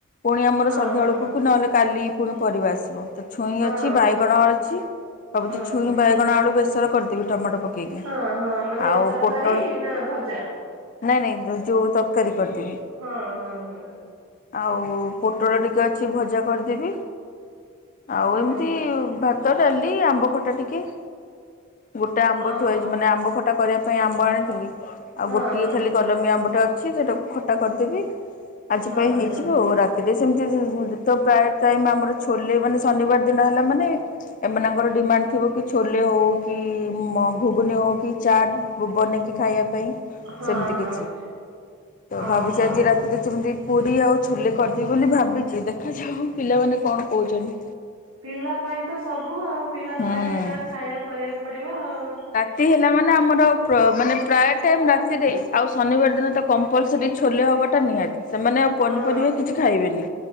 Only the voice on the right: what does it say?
ହଁ
ହଁ
ହଁ
ହଁ।
ହଁ
ହଁ ହଁ ମାନେ
ତରକାରୀ
ନା ଭଜା।
ହଁ ହଁ ହଁ
ହଁ
ଓହୋ
ହଁ
ହଁ।
ହଁ
ହଁ
ହଁ
ହଁ
ଓହୋ।
ପିଲା ପାଇଁ ତ ସବୁ ଆଉ ପିଲା କହିବେ
ଯାହା ଖାଇବାକୁ କରିବାକୁ ପଡିବ ଆଉ।
ହଁ